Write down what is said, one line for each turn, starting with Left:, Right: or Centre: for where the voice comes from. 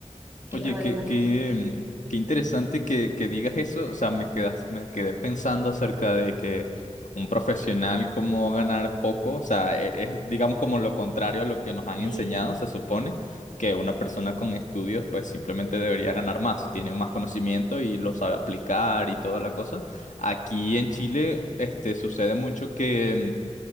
Right: qué
Left: Oye,
Right: problemas
Left: qué, qué,
Right: tienes?
Left: mm, qué interesante que, que digas eso. O sea, me quedas, me quedé pensando acerca de que un profesional como ganar poco, o sea, e- es, digamos como lo contrario a lo que nos han
Right: Sí.
Left: enseñado. Se supone que una persona con estudios pues simplemente debería ganar más, tiene más conocimiento y lo sabe aplicar y toda la cosa. Aquí en Chile, este, sucede mucho que... mm,